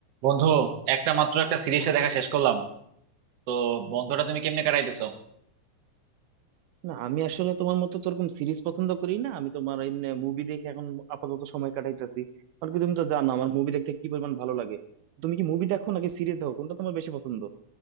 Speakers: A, on the right; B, on the right.
A: বন্ধু একটা মাত্র একটা সিরিজে দেখা শেষ করলাম তো বন্ধুটা তুমি কেমনে কাটাইতেছো
B: না আমি আসলে তোমার মতো তো ওরকম সিরিজ পছন্দ করি না আমি তোমার এমনি মুভি দেখে এখন আপাতত সময় কাটাইতেছি কারণ কি তুমি তো জানো আমার মুভি দেখতে কি পরিমাণ ভালো লাগে তুমি কি মুভি দেখো নাকি সিরিজ দেখো কোনটা তোমার বেশি পছন্দ